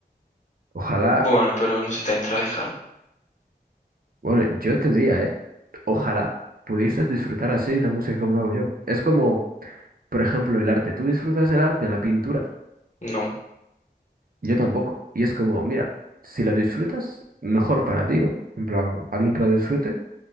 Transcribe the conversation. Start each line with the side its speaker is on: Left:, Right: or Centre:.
Right: Ojalá,
Left: Bueno, pero no soy tan tryhard.
Right: bueno, yo te diría, ¿eh? Ojalá pudieses disfrutar así la música como la hago yo. Es como, por ejemplo, el arte. ¿Tú disfrutas del arte, la pintura?
Left: No.
Right: Yo tampoco. Y es como, mira, si la disfrutas, mejor para ti, ¿no? En plan, alguien que la disfrute,